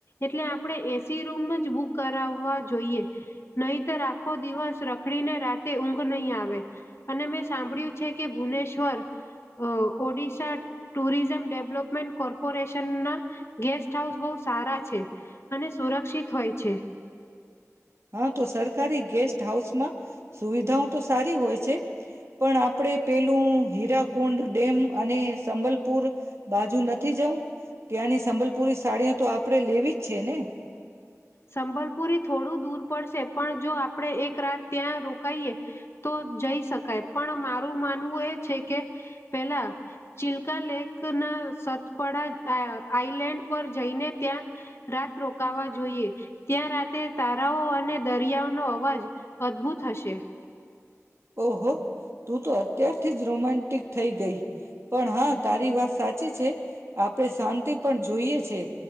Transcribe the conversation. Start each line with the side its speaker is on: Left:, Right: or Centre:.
Left: એટલે આપણે એસી રૂમ જ બુક કરાવવા જોઈએ, નહીતર આખો દિવસ રખડીને રાતે ઊંઘ નહીં આવે, અને મેં સાંભળ્યું છે કે ભુવનેશ્વર, ઓડિ ટુરિઝમ ડેવલપમેન્ટ કોર્પોરેશનના, ગેસ્ટ હાઉસ બહુ સારા છે, અને સુરક્ષિત હોય છે.
Right: હા તો સરકારી ગેસ્ટ હાઉસમાં, સુવિધાઓ તો સારી હોય છે, પણ આપણે પેલું હીરાકુંડ ડેમ અને સંબલપુર, બાજુ નથી જઉં ત્યાંની સંબલપુરી સાડીઓ તો આપણે લેવી જ છે ને?
Left: સંભલપુરી થોડું દૂર પડશે પણ જો આપણે એક રાત ત્યાં રોકાઈએ, તો જઈ શકાય પણ મારું માનવું એ છે કે, પેલા, ચલકા લેક ના સતપડા આઈલેન્ડ પર જઈને ત્યાં, રાત રોકાવા જોઈએ. ત્યાં રાતે તારાઓ અને દરિયાઓનો અવાજ અદભુત હશે.
Right: ઓહો, તું તો અત્યારથી જ રોમેન્ટિક થઈ ગઈ, પણ હા તારી વાત સાચી છે, આપણે શાંતિ પણ જોઈએ છે,